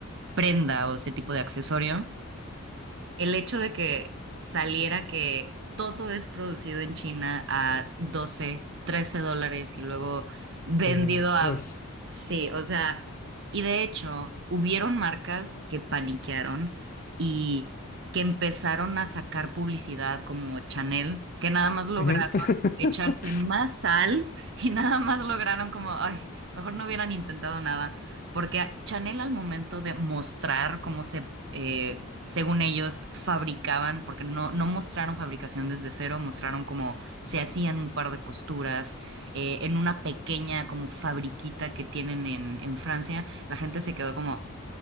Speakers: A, on the right; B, on the left.
A: prenda o ese tipo de accesorio. El hecho de que saliera que todo es producido en China a 12 13 dólares y luego vendido
B: Sí,
A: a...
B: uy.
A: Sí, o sea, y de hecho, hubieron marcas que paniquearon y que empezaron a sacar publicidad como Chanel, que nada más lograron
B: Ujú. <laughs>
A: echarse más sal y nada más lograron como, ay, mejor no hubieran intentado nada. Porque a- Chanel al momento de mostrar cómo se, eh, según ellos, fabricaban, porque no, no mostraron fabricación desde cero, mostraron cómo se hacían un par de costuras eh, en una pequeña como fabriquita que tienen en, en Francia, la gente se quedó como,